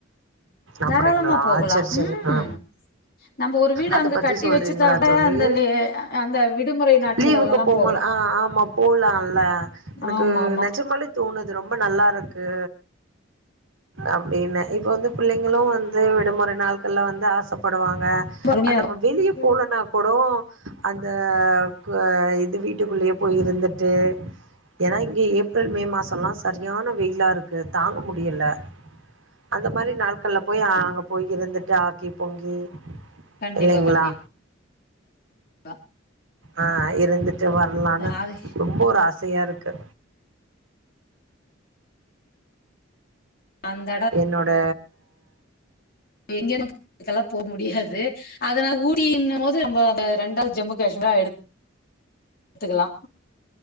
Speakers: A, on the right; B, on the left.
A: அப்படிங்களா
B: தாராளமா போகலா
A: சரி சரி
B: ம்
A: ஆ
B: நம்ப ஒரு வீடு
A: அத
B: அங்க
A: பத்தி
B: கட்டி
A: சொல்றீங்களா
B: வச்சுட்டாவே
A: தோழி
B: அந்த லீ அந்த விடுமுறை நாட்களேல்லா
A: லீவுக்கு போம்போது
B: போகலா
A: ஆ ஆமா போலால எனக்கு
B: ஆமா ஆமா
A: நெஜமாலே தோணு து ரொம்ப நல்லா இருக்கு அப்டின்னு இப்ப வந்து பிள்ளைங்களூ வந்து விடுமுறை நாட்கள்ல வந்து ஆசப்படுவாங் க
B: அருமையா
A: நம்ம
B: இருக்கு
A: வெளிய போலனா கூடோ அந்த க இது வீட்டுக்குள்ளயே போயிருந்துட்டு ஏனா இங்க ஏப்ரல் மே மாசோல்லா சர்யான வெயிலாருக்கு தாங்க முடியல அந்த மாரி நாட்கள்ல போய் அங்க போய் இருந்துட்டு ஆக்கி பொங்கி
B: கண்டிப்பா
A: இல்லைங்களா
B: கண்டிப் பா
A: ஆ இருந்துட்டு வர்லானு
B: அது
A: ரொம்ப ஒரு ஆ சையா இருக்கு
B: அந்த
A: என்னோட
B: எங்கே <inaudible> போக முடியாது அத நா ஊட்டியின்னு மோது நம்ம அத ரெண்டாள் ஜம்மு காஷ்மீரா எத்துக்லா